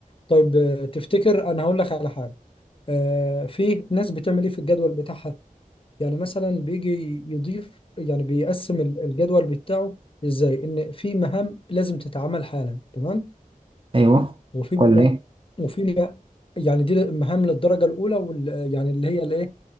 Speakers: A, on the left; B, on the right.
A: طيب آه، تفتكر انا هقول لك على حاجة آه، في ناس بتعمل ايه في الجدول بتاعها يعني مثلا بيجي يضيف يعني بيقسم ال- الجدول بتاعه ازاي ان في مهام لازم تتعمل حالا تمام
B: أيوة
A: وفيما
B: قل لي
A: وفيما يعني دي مهام للدرجة الأولى وال يعني اللي هي الإيه